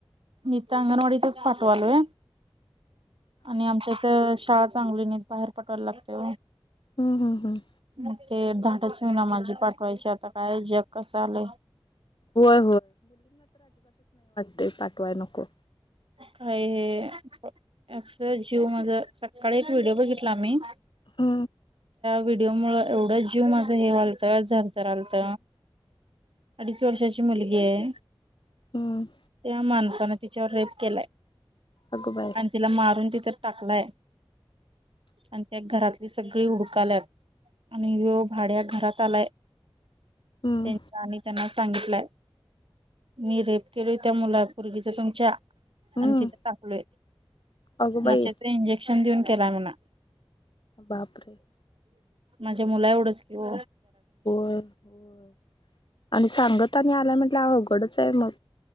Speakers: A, on the right; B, on the left.
A: न तर अंगणवाडीचच पाठव आलोय आणि आमच्या इथ शाळा चांगली न बाहेर पठवायला लागते
B: हम्म हम्म हम्म
A: मग ते धाटच विना माझी पाठवायची आता काय जग कसं आलंय
B: होय ते पाठवाय नको
A: काय हे असं जीव माझ सकाळी एक व्हिडिओ बघितला आम्ही
B: हा
A: व्हिडिओ मुळ एवढं जीव माझं हे घलतं झरझरलत अडीच वर्षाची मुलगी आहे
B: हम
A: माणसान तिच्यावर रेप केलाय
B: अगोबाई
A: आणि तिला मारून ति टाकलाय आणि त्या घरातली सगळी हुडकाल्यात आणि व्य भाड्या घरात आलाय
B: हम्म
A: त्यांच्या आणि त्यांना सांगितलंय मी रेप केलो त्या मुलापुर्ग तर तुमच्या
B: हम्म
A: आणि तिथ टकलोय
B: अगोबाई
A: नक्षत्र इंजेक्शन देऊन केलाय मणा
B: बापर
A: माझ्या मुला एवढंच कि हो
B: हो हो आणि सांगत आणि आला म्हटलं अवघडच आहे मग